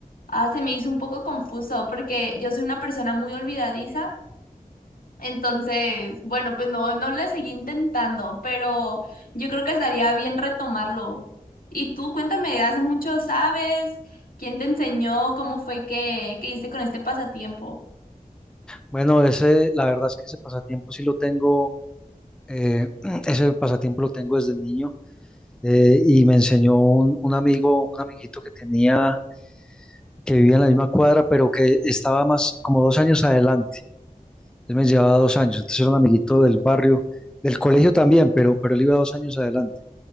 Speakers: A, on the left; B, in the centre.
A: ah, se me hizo un poco confuso porque yo soy una persona muy olvidadiza. Entonces, bueno, pues no, no le seguí intentando, pero yo creo que estaría bien retomarlo. Y tú, cuéntame, ¿hace mucho sabes? ¿Quién te enseñó? ¿Cómo fue que, que hiciste con este pasatiempo?
B: Bueno, ese, la verdad es que ese pasatiempo sí lo tengo, eh, <clears throat> ese pasatiempo lo tengo desde niño eh, y me enseñó un, un amigo, un amiguito que tenía, que vivía en la misma cuadra, pero que estaba más como dos años adelante. Él me llevaba dos años, entonces era un amiguito del barrio, del colegio también, pero, pero él iba dos años adelante.